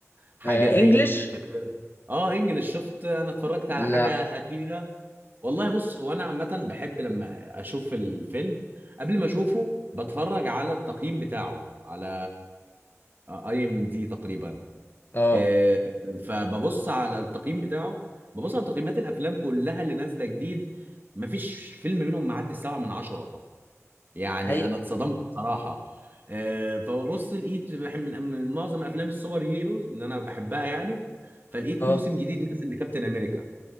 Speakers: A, on the right; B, on the left.
A: حاجه
B: آه
A: زي
B: انجلش
A: اه انجلش شفت انا اتفرجت
B: لا
A: على حاجه اخيره والله بص هو انا عامه بحب لما اشوف الفيلم قبل ما اشوفه بتفرج على التقييم بتاعه على اي ام دي تقريبا
B: اه
A: آه، فببص على التقييم بتاعه ببص على تقييمات الافلام كلها اللي نازله جديد مفيش فيلم منهم معدي السبعه من عشره يعني
B: هي
A: انا اتصدمت بصراحه آه، فببص لقيت بح- من من معظم افلام السوبر هيروز اللي انا بحبها يعني فلقيت
B: اه
A: موسم جديد نزل لكابتن امريكا